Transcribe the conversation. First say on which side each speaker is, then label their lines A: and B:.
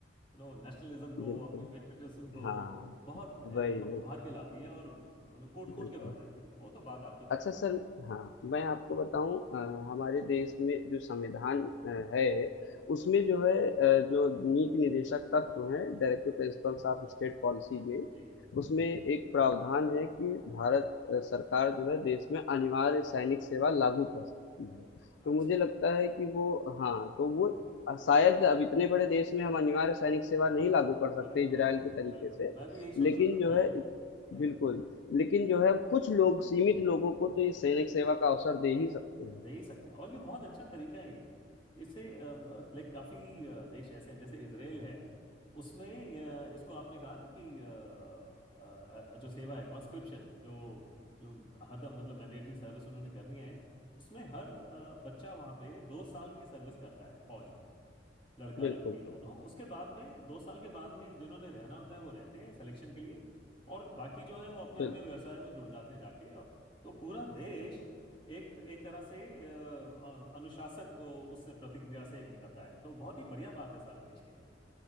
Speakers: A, on the left (about 30°); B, on the left (about 75°).
A: यू नो नेशनलिज्म को
B: बिल्कुल
A: अपनी पेट्रियटिज्म को
B: हाँ
A: बहुत एकदम
B: वही वही
A: उभार के लाती है और कोट कोट
B: बिल्कुल
A: के भर देती है वो तो बात आपकी मानने
B: अच्छा
A: वाली
B: सर हाँ मैं आपको बताऊं अ, हमारे देश में जो संविधान अ, है उसमें जो है अ, जो नीति निदेशक तत्व तो हैं डायरेक्टिव प्रिंसिपल्स ऑफ स्टेट पॉलिसी में
A: जी
B: उसमें एक प्रावधान है कि भारत अ, सरकार जो है देश में अनिवार्य सैनिक सेवा लागू कर सकती है तो
A: अच्छा
B: मुझे लगता है कि वो हाँ तो वो शायद अब इतने बड़े देश में हम अनिवार्य सैनिक सेवा
A: हाँ
B: नहीं लागू कर सकते
A: बिल्कुल
B: इजराइल
A: बिल्कुल
B: के तरीके
A: बिल्कुल
B: से
A: मैं भी यही सोच
B: लेकिन
A: रहा था
B: जो
A: बिल्कुल
B: है
A: हम्म
B: बिल्कुल लेकिन जो है कुछ लोग सीमित लोगों को तो ये सैनिक सेवा का अवसर दे ही सकते हैं
A: दे ही सकते हैं और ये बहुत अच्छा तरीका है ये इससे लाइक काफी अ, देश ऐसे हैं जैसे इसराइल है उसमें अ, इसको आपने कहा ना कि अ, अ, अ, जो सेवा है कॉन्स्क्रिप्शन जो जो हरदम मतलब मैंडेटरी सर्विस उन्होंने करनी है उसमें हर अ, बच्चा वहां पे दो साल की सर्विस करता है फौज में लड़का
B: बिल्कुल
A: लड़की दोनों
B: सर
A: उसके बाद में दो साल के बाद में जिन्होंने रहना होता है वो रहते हैं सिलेक्शन के लिए और बाकी जो है वो अपने
B: बिल्कुल
A: अपने व्यवसाय में जुड़ जाते हैं जाके और तो पूरा देश एक एक तरह से अ, अनुशासित उससे प्रतिक्रिया से एक निकलता है तो बहुत ही बढ़िया बात है सारे देश के लिए